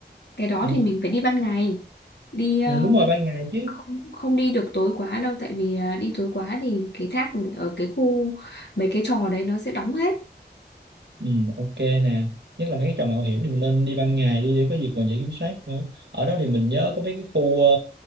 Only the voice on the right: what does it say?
Ừ,
ừ, đúng rồi ban ngày chứ.
Ừ, ok nè. Nhất là mấy cái trò mạo hiểm thì mình nên đi ban ngày đi để có gì còn dễ kiểm soát nữa. Ở đó thì mình nhớ có mấy cái khu ờ,